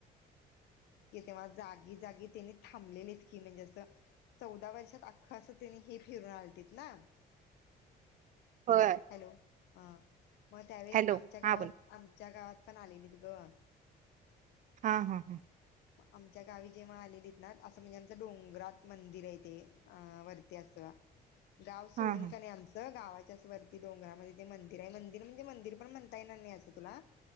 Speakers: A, on the left (about 80°); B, on the right (about 50°).
A: कि तेव्हा जागी-जागी त्यांने थांबलेलेत की म्हणजे असं चौदा वर्षात अख्खं असं तेनी हे फिरून आलतेत ना.
B: होय
A: हॅलो हा. मग त्यावेळेस
B: हॅलो
A: आमच्या गावात,
B: हा बोला
A: आमच्या गावात पण आलेलीत गं.
B: हा हा हा.
A: आमच्या गावी जेव्हा आलेलीत ना असं म्हणजे आमचं डोंगरात मंदिर आहे ते अ वरती असं गाव सोडून
B: हा हा
A: का नाही आमचा गावाच्यास वरती डोंगरामध्ये ते मंदिर आहे, मंदिर म्हणजे मंदिर पण म्हणता येणार नाही असं तुला.